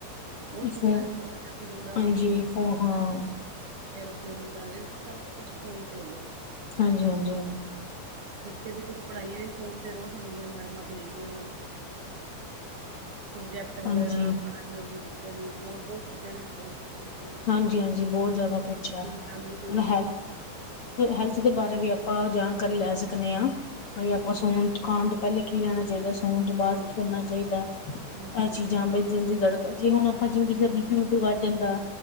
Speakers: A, on the right; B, on the left.
A: ਬਹੁਤ
B: ਫੋਨ
A: ਚੀਜ਼ਾਂ ਨੇ ਜੋ ਕੀ ਬੰਦਾ।
B: ਹਾਂਜੀ ਫੋ ਹਾਂ
A: ਏਰੋਪਲੇਨ ਦੀ ਕਰਣੀ ਇੱਥੇ ਸਭ ਕੁਝ ਫ਼ੋਨ 'ਤੇ ਹੀ ਹੋ ਗਿਆ ਹੈ।
B: ਹਾਂਜੀ ਹਾਂਜੀ।
A: ਬੱਚੇ ਦੀਆਂ ਕੁਝ ਪੜ੍ਹਾਈਆਂ ਵੀ ਫ਼ੋਨ 'ਤੇ ਰੋਜ਼ ਆਉਂਦੀਆਂ ਨੇ, ਮੈਡਮਾਂ ਭੇਜਦੀਆਂ ਨੇ। ਪ੍ਰੋਜੈਕਟ ਵਗੈਰਾ,
B: ਹਾਂਜੀ।
A: ਪੜ੍ਹਾਈ ਹੋ ਗਈ ਬੱਚਿਆਂ ਦੀ, ਹੋਰ ਬਹੁਤ ਚੀਜ਼ਾਂ ਨੇ ਫ਼ੋਨ 'ਚ ਸਕੂਲ ਦੀਆਂ।
B: ਹਾਂਜੀ ਹਾਂਜੀ, ਬਹੁਤ ਜ਼ਿਆਦਾ ਕੁਝ ਹੈ।
A: ਗੁਰੂ
B: ਮਤਲਬ
A: ਨਾਨਕ ਦੀ ਕੋਈ ਬੱਚੇ
B: ਹੈਲਥ ਦੇ ਬਾਰੇ ਵੀ ਅਪਾ ਜਾਣਕਾਰੀ ਲੈ ਸਕਨੇ ਹਾਂ।
A: ਹਾਂਜੀ
B: ਬਾਈ, ਆਪਾਂ ਨੂੰ ਸੌਣ-ਖਾਣ ਤੋਂ ਪਹਿਲਾਂ ਕੀ ਕਰਨਾ ਚਾਹੀਦਾ ਹੈ। ਅਤੇ ਸੌਣ ਤੋਂ ਬਾਅਦ
A: ਹਾਂਜੀ
B: ਕੀ ਕਰਨਾ ਚਾਹੀਦਾ ਹੈ?
A: ਹਾਂਜੀ
B: ਇਹ
A: ਹਾਂਜੀ
B: ਚੀਜ਼ਾਂ, ਦਿਲ ਦੀ ਧੜਕਨ। ਜਿਵੇਂ ਕਿਸੇ ਦਾ ਬੀਪੀ ਬੂਪੀ ਵੱਧ ਜਾਂਦਾ।